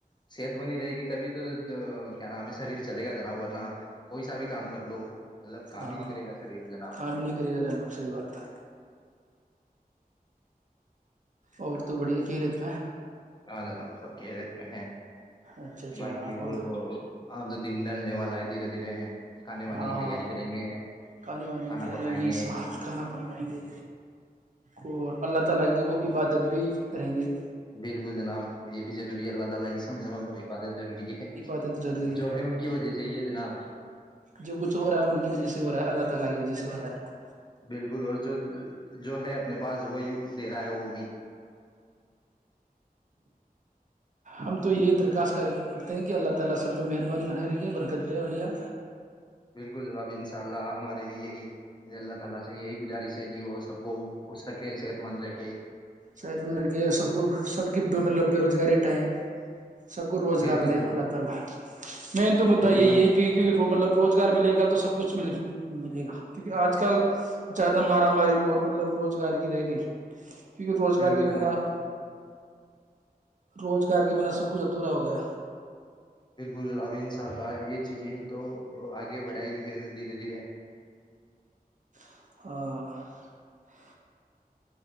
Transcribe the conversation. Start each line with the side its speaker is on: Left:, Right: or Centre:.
Left: صحت بنی رہے گی تبھی تو کیا نام ہمیں شریر چلے گا جناب ورنہ کوئی سا بھی کام کر لو کام
Right: ہاں
Left: ہی نہیں کرے گا شریر جناب
Right: کام نہیں کرے گا جناب صحی بات ہے اور تو بڑھیا کہھیریت میں
Left: ہاں جناب سب کیریت میں ہے
Right: اچھا اچھا
Left: باقی ہوور
Right: اب
Left: دو ہ تو دن ڈھالنے والا ہے دھیرے دھیرے کھانے وانے
Right: ہاں
Left: کی تیاری کریں گے
Right: کھانے وانے
Left: کھانا
Right: کی تیاری
Left: پکائیں
Right: ہوگی
Left: گے
Right: کھانا پنکائیں گے اور اللہ تعالی کی وہ عبادت بھی کریں گے
Left: بالکل جناب یہ بھی ضروری ہے اللہ ت گی سم سمے پر ایکبادت ضروری ہے
Right: عبادت ضروری
Left: جو ہے ان کی وجہ سے یہ ہے جناب
Right: جو کچھ ہو رہا ہے ان کی وجہ سے ہو رہا ہے اللہ تعالی کی وجہ ہو رہا ہے
Left: بالکل اور جو جو ہے اپنے پاس وہی دے رہا ہے وہ بھی
Right: ہم تو یہی درخواست کرتے ہیں کہ اللہ تعالی فلم بنا رہے گا برکت دے اڑیاں
Left: بالکل جناب ان شاء اللہ ہمارے بھی یہی اللہ تعالی سے یہی گزارش ہے کہ وہ سب کو صحت مندرے کی
Right: سب کو سب کی میں لب بے روزگاری اٹھائیں سب کو روزگار
Left: بالکل
Right: دے
Left: جناب
Right: اللہ تعالی نعمدہ
Left: بالکل
Right: یہی
Left: ہم
Right: مطلب روزگار ملے گا تو سب کچھ ملے گا کیونکہ آج کل زیادہ مارا ماری مطلب روزگار کی رہ گئی روزگار
Left: بالکل
Right: کے
Left: جناب
Right: بنا روزگار کے بنا سب کچھ ادھورا ہو گیا
Left: بالکل ابھی ان شاء اللہ یہ چیزیں ہی تو آگے بڑھائے گی پھر دھیرے دھیرے
Right: <inaudible>